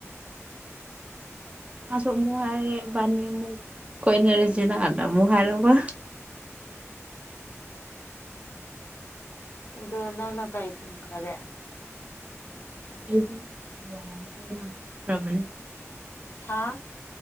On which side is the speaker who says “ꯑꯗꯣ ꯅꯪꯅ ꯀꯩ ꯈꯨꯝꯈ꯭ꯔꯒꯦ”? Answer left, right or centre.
Left